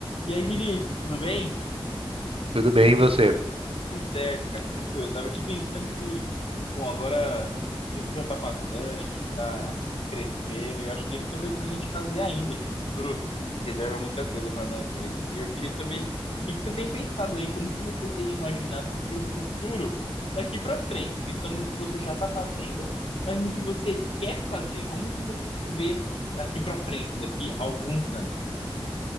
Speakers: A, on the left; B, on the right.
A: E aí, Vinícius, tudo bem?
B: Tudo bem, e você?
A: Tudo certo, cara, tranquilo. Eu tava aqui pensando que, bom, agora o tempo já tá passando, a gente tá crescendo, e eu acho que tem muita coisa pra gente fazer ainda. Acho que O futuro reserva muita coisa pra nós dois. E eu queria saber o que que você tem pensado aí, como que você tem imaginado o seu futuro daqui pra frente, pensando no que você já tá fazendo, mas no que você quer fazer, como que você se vê daqui pra frente, daqui a alguns anos.